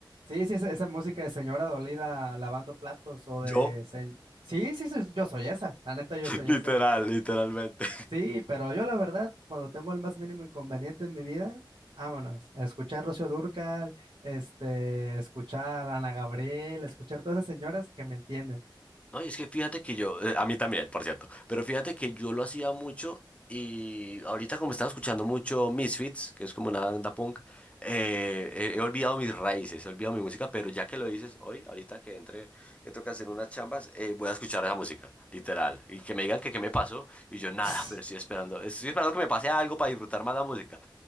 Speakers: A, on the right; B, on the left.
A: sí, sí, esa, esa música de señora dolida lavando platos o de...
B: <laughs> Yo,
A: se- Sí, sí, sí, yo soy esa, la neta yo soy
B: literal,
A: esa.
B: literalmente.
A: Sí, pero yo la verdad, cuando tengo el más mínimo inconveniente en mi vida, vámonos, a escuchar Rocío Dúrcal, este, a escuchar a Ana Gabriel, a escuchar todas esas señoras que me entienden.
B: No, y es que fíjate que yo, eh, a mí también, por cierto, pero fíjate que yo lo hacía mucho y ahorita como estaba escuchando mucho Misfits, que es como una banda punk, eh, he, he olvidado mis raíces, he olvidado mi música, pero ya que lo dices hoy, ahorita que entre, que toca hacer unas chambas, eh, voy a escuchar esa música, literal, y que me digan que qué me pasó, y yo nada,
A: <laughs>
B: pero estoy esperando, estoy esperando que me pase algo para disfrutar más la música.